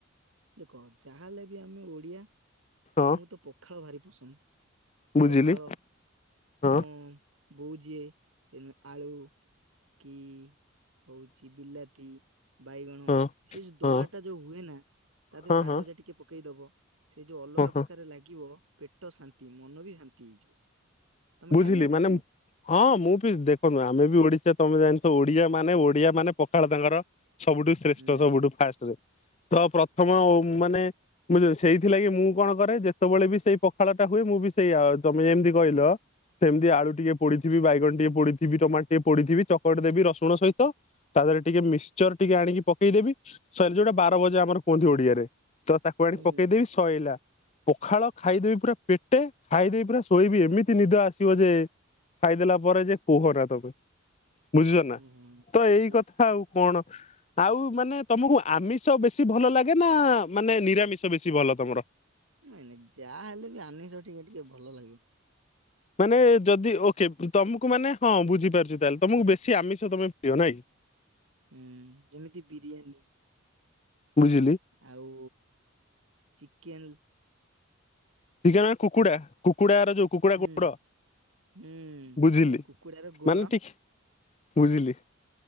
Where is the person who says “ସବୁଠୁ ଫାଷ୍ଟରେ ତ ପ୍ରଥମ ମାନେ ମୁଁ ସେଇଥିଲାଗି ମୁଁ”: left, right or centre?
Left